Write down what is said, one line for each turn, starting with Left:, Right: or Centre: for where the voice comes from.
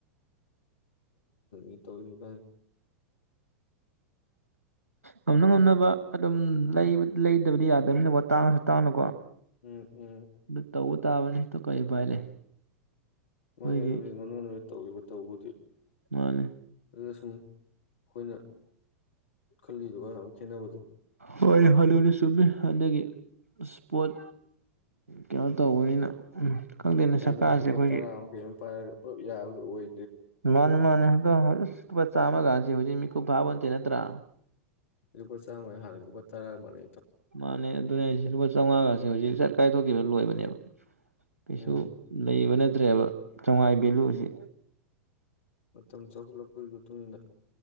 Left: ꯏ ꯇꯥꯎ <unintelligible> <unintelligible>
Right: ꯉꯝꯅ - ꯉꯝꯅꯕ ꯑꯗꯨꯝ ꯂꯩꯗꯕꯗꯤ ꯌꯥꯗꯝꯅꯤꯅ ꯇꯥꯡꯉꯁꯨ - ꯇꯥꯡꯅꯀꯣ꯫
Left: ꯎꯝ - ꯎꯝ꯫
Right: ꯑꯗꯨ ꯇꯧꯕ ꯇꯥꯕꯅꯤ ꯇ ꯀꯔꯤ ꯎꯄꯥꯏ ꯂꯩ꯫
Left: ꯃꯥꯅꯦ
Right: ꯑꯩꯈꯣꯏꯒꯤ
Left: ꯑꯗꯨꯕꯨꯗꯤ ꯉꯥꯝꯅ - ꯉꯝꯅꯕ ꯇꯧꯔꯤꯕ ꯇꯩꯕꯨꯗꯤ ꯫
Right: ꯃꯥꯅꯤ
Left: ꯑꯗꯨ ꯁꯨꯡ ꯑꯩꯈꯣꯏꯅ ꯈꯜꯂꯤꯗꯨꯒ ꯈꯦꯠꯅꯕꯗꯣ
Right: ꯍꯣꯏ ꯑꯗꯨꯖꯨ ꯆꯨꯝꯃꯤ ꯍꯟꯗꯛ ꯏꯁꯄꯣꯠ ꯀꯩꯅꯣ ꯇꯧꯕꯅꯤꯅ ꯈꯪꯗꯦꯅꯦ
Left: ꯊꯥꯏꯅꯩ
Right: ꯁꯔꯀꯥꯔꯁꯦ
Left: ꯂꯨꯄꯥ
Right: ꯑꯩꯈꯣꯏꯒꯤ
Left: ꯇꯔꯥ ꯑꯃ ꯀꯩ ꯑꯃ ꯄꯥꯏꯔꯒ ꯄꯨꯂꯞ ꯌꯥꯕꯗꯨ ꯑꯣꯏ
Right: ꯃꯥꯅꯦ- ꯃꯥꯅꯦ꯫ <unintelligible> ꯑꯁ ꯂꯨꯄꯥ ꯆꯥꯝꯃꯒꯁꯦ ꯍꯨꯖꯤꯛ ꯃꯤꯀꯨꯞ ꯐꯥꯕꯣꯟꯇꯦ ꯅꯠꯇꯔꯥ
Left: ꯂꯨꯄꯥ ꯆꯥꯝꯃ ꯍꯥꯟꯅꯗꯤ ꯑꯈꯣꯏ ꯇꯔꯥꯃꯔꯤ
Right: ꯃꯥꯅꯦ ꯗꯨꯅꯦ ꯍꯥꯏꯁꯦ ꯂꯨꯄꯥ ꯆꯧꯉꯥꯒꯁꯦ ꯍꯨꯖꯤꯛ ꯁꯠ ꯀꯥꯏꯊꯣꯛꯈꯤꯕ ꯂꯣꯏꯕꯅꯦꯕ ꯀꯩꯁꯨ
Left: ꯎꯝ
Right: ꯂꯩꯕ ꯅꯠ ꯇ꯭ꯔꯦꯕ ꯆꯧꯉꯥꯏ ꯚꯦꯂꯨꯖꯤ
Left: ꯃꯇꯝ <unintelligible> ꯃꯣꯏ ꯃꯇꯨꯡ ꯏꯟꯅ